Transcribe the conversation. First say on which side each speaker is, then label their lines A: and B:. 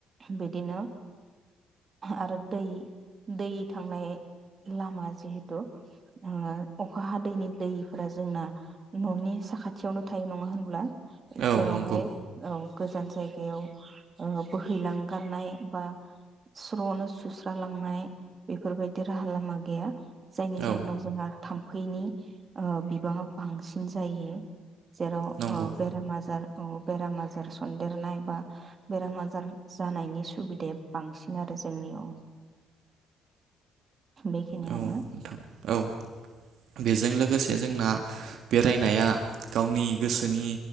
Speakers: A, on the right (about 40°); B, on the right (about 70°).
A: बिदिनो आरो दै दै थांनाय लामा जिहेथु ओ अखा हादैनि दैफोरा जोंना न'नि साखाथियावनो थायो नङा होनब्ला?
B: औ
A: जेरावहाय
B: नंगौ
A: औ गोजान जायगायाव ओ बोहैलांगारनाय बा स्र'नो सुस्रालांनाय बेफोरबायदि राहा लामा गैया। जायनि
B: औ
A: जाहोनाव जोंहा थाम्फैनि ओ बिबाङा बांसिन जायो। जेराव
B: नंगौ
A: ओ बेराम आजार औ बेराम आजार सन्देरनाय बा बेराम आजार जानायनि सुबिदाया बांसिन आरो जोंनियाव। बेखिनियानो
B: औ नोंथां औ बेजों लोगोसे जोंना बेरायनाया गावनि गोसोनि